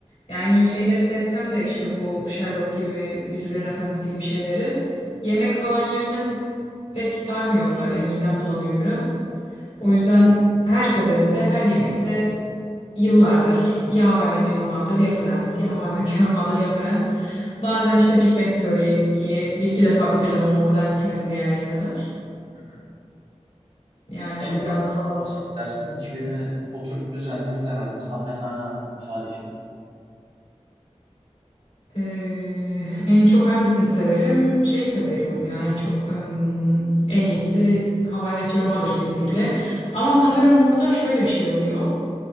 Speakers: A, on the left (about 80°); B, on the right (about 80°).
A: yani şeyleri sevsem de işte bu Sherlock gibi, Yüzüklerin Efendisi gibi şeyleri yemek falan yerken pek sarmıyor onlar. Benim midem bulanıyor biraz. O yüzden her seferinde, her yemekte yıllardır ya How I Met Your Mother ya Friends, ya How I Met Your Mother ya Friends. Bazen işte Big Bang Theory'yi bir iki defa bitirdim onu o kadar bitirmedim diğerleri kadar.
B: Hı hı.
A: Yani
B: En
A: onu
B: çok
A: biraz
B: hangisini
A: daha az
B: tavsiye edersin? Hiçbirini oturup düzenli izlemedim. Sahne sahne hakimim sadece.
A: Ee, en çok hangisini severim? Şey severim ya en çok ım, en iyisi How I Met Your Mother kesinlikle. Ama sanırım burada şöyle bir şey oluyor.